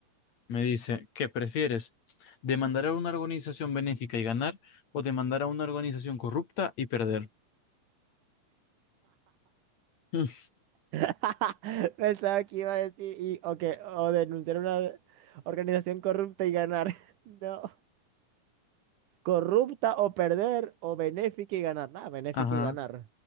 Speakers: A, on the left; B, on the right.
A: Me dice, ¿qué prefieres? ¿Demandar a una organización benéfica y ganar o demandar a una organización corrupta y perder? <laughs> Mm,
B: <laughs> Pensaba que iba a decir y o que o denunciar una organización corrupta y ganar. <laughs> No. Corrupta o perder o benéfica y ganar. Nada, benéfica
A: Ajá.
B: y ganar.